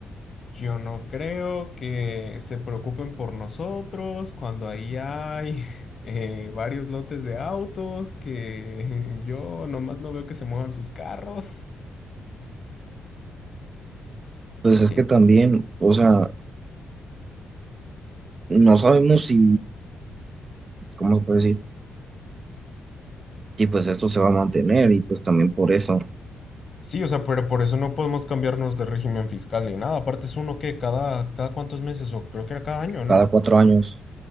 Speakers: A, on the left; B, on the right.
A: Yo no creo que se preocupen por nosotros cuando ahí hay <laughs> eh, varios lotes de autos que <laughs> yo nomás no veo que se muevan sus carros.
B: Pues
A: Así.
B: es que
A: es.
B: también, o sea, no sabemos si, ¿cómo se puede decir? Si pues esto se va a mantener y pues también por eso,
A: Sí, o sea, pero por eso no podemos cambiarnos de régimen fiscal ni nada. Aparte es uno que cada, cada cuántos meses, o creo que era cada año, ¿no?
B: cada cuatro años.